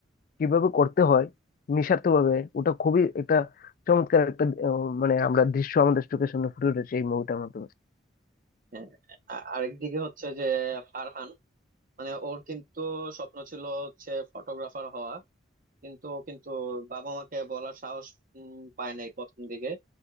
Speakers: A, on the left; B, on the right.
A: কিভাবে করতে হয় নিঃস্বার্থ ভাবে ওটা খুবই একটা চমৎকার একটা আহ, মানে আমরা দৃশ্য আমাদের চোখের সামনে ফুটে উঠেছে এই মুভিটার মাধ্যমে
B: হ্যাঁ আ- আরেকদিকে হচ্ছে যে ফারহান মানে ওর কিন্তু স্বপ্ন ছিল হচ্ছে ফটোগ্রাফার হওয়া কিন্তু ও কিন্তু বাবা মাকে বলার সাহস উম, পায় নাই প্রথম দিকে